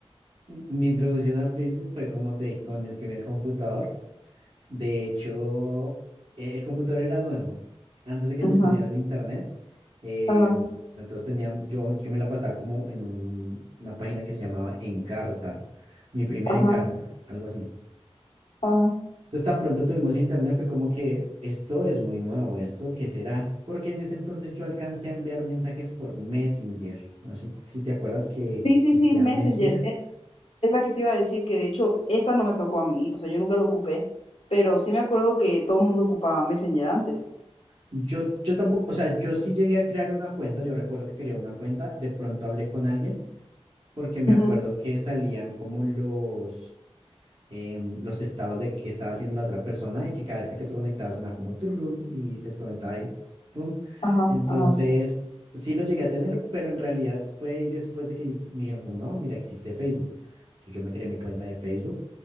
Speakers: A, on the right; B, on the left.
A: Mi introducción a Facebook fue como te dije, con el primer computador. De hecho, eh, el computador era nuevo. Antes de que
B: Ajá,
A: nos pusieran internet, em,
B: ajá,
A: nosotros teníamos, yo, yo me la pasaba como en un- una página que se llamaba Encarta, mi primera
B: ajá,
A: Encarta, algo así.
B: ajá.
A: Entonces, tan pronto tuvimos internet, fue como que esto es muy nuevo, ¿esto qué será? Porque en ese entonces yo alcancé a enviar mensajes por Messenger. No sé si te acuerdas que,
B: Sí,
A: que existía
B: sí, sí, Messenger.
A: Messenger.
B: E, Es la que te iba a decir que de hecho esa no me tocó a mí, o sea, yo nunca lo ocupé, pero sí me acuerdo que todo el mundo ocupaba Messenger antes.
A: Yo, yo tampoco, o sea, yo sí llegué a crear una cuenta, yo recuerdo que creé una cuenta, de pronto hablé con alguien porque me
B: Ujú.
A: acuerdo que salían como los, em, los estados de qué estaba haciendo la otra persona y que cada vez que, que te conectabas sonaba como tururún y se desconectaba y tun.
B: Ajá,
A: Entonces,
B: ajá,
A: sí lo llegué a tener, pero en realidad fue ahí después de que me dijeron como, no, mira, existe Facebook. Entonces yo me creé mi cuenta de Facebook